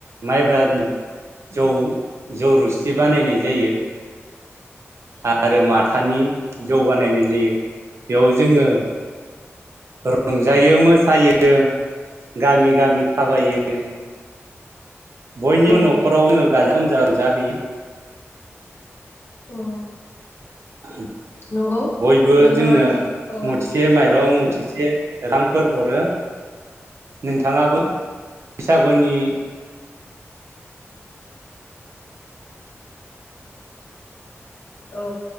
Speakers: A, on the right (about 65°); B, on the left (about 50°).
A: माइब्रानि जौ जौ रोसि बानायनाय जायो। आरो माथानि जौ बानायनाय जायो बेयाव जोङो रंजायो मोसायो गामि गामि थाबायो बयनिबो
B: औ
A: न'खराव जोङो गाजा गोमजा रंजाहैयो
B: औ
A: <unintelligible>
B: नंगौ
A: बयबो
B: नोंथाङा
A: जोंनो
B: जि औ
A: मुथिसे माइरं मुथिसे रांफोर हरो नोंथाङाबो बैसागुनि
B: औ